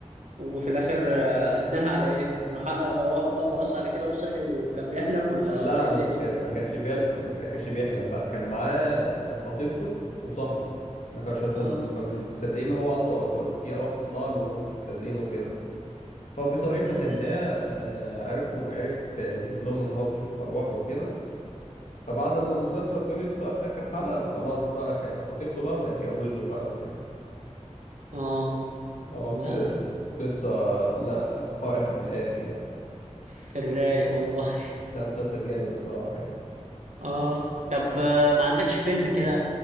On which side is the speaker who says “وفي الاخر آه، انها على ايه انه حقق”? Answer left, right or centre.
Right